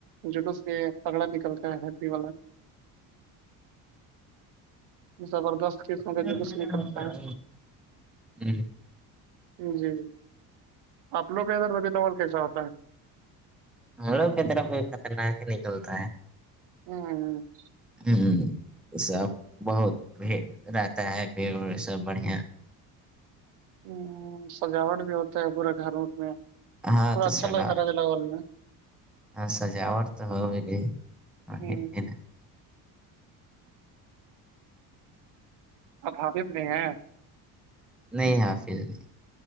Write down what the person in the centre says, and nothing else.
ہوں
ہوں
م لوگ ک طر کوئی خطرناک ہی نکلتاا ہے <unintelligible>
ہ سب بہت بھیڑ رہتا ہے بھیڑڑ سب بڑھیا
ہاں
تو
سڈا
ہاں سجاوٹ تو ہوی <unintelligible>
نہیں حاںفل نہیں